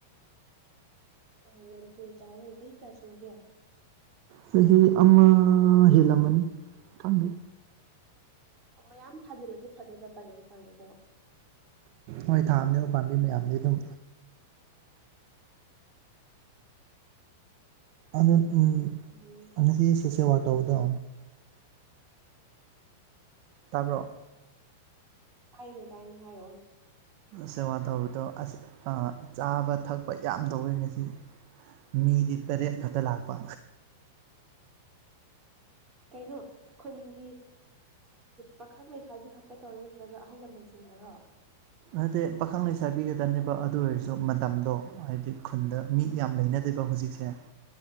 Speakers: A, on the right (about 25°); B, on the right (about 50°).
A: ꯑꯣ ꯌꯥꯝ ꯊꯨꯅ ꯆꯧꯍꯦ ꯆꯍꯤ ꯀꯌꯥ ꯁꯨꯔꯥꯒꯦ
B: ꯆꯍꯤ ꯑꯃꯃ ꯍꯦꯜꯂꯝꯃꯅꯤ ꯈꯪꯗꯦ
A: ꯑꯣ ꯃꯌꯥꯝ ꯊꯥꯖꯤꯜꯂꯗꯤ ꯐꯗꯣꯏꯕ ꯄꯔꯦꯡ ꯁꯥꯥꯅꯀꯣ
B: ꯍꯣꯏ ꯊꯥꯝꯅꯦ ꯎ ꯄꯥꯝꯕꯤ ꯃꯌꯥꯝꯗꯤ ꯑꯗꯨꯝ ꯑꯗ ꯎꯝ
A: ꯎꯝ
B: ꯉꯥꯁꯤ ꯁꯣꯁꯦꯜ ꯋꯥ ꯇꯥꯎꯗꯣ ꯇꯥꯕ꯭ꯔꯛ
A: ꯇꯥꯏꯅꯦ ꯇꯥꯏꯅꯦ ꯍꯥꯏꯔꯛꯑꯣꯅꯦ
B: ꯁꯦꯕꯥ ꯇꯧꯕꯗꯣ ꯑꯁ ꯆꯥꯕ ꯊꯛꯄ ꯌꯥꯝ ꯇꯧꯋꯦ ꯉꯁꯤ ꯃꯤꯗꯤ ꯇꯔꯦꯠ ꯈꯛꯇ ꯂꯥꯛꯄ
A: ꯀꯩꯅꯣ ꯈꯨꯟꯒꯤ ꯄꯥꯈꯪ ꯂꯩꯁꯥꯕꯤ ꯈꯛꯇ ꯇꯧꯔ ꯅꯠꯇ꯭ꯔꯒ ꯑꯍꯜ ꯂꯃꯟꯁꯤꯡꯗꯔꯣ
B: ꯅꯠꯇꯦ ꯄꯥꯈꯪ ꯂꯩꯁꯥꯕꯤ ꯈꯛꯇꯅꯦꯕ ꯑꯗꯨ ꯑꯣꯏꯔꯁꯨ ꯃꯇꯝꯗꯣ ꯍꯥꯏꯕꯗꯤ ꯈꯨꯟꯗ ꯃꯤ
A: ꯎꯝ
B: ꯌꯥꯝ ꯂꯩꯅꯗꯕ ꯍꯧꯖꯤꯛꯁꯦ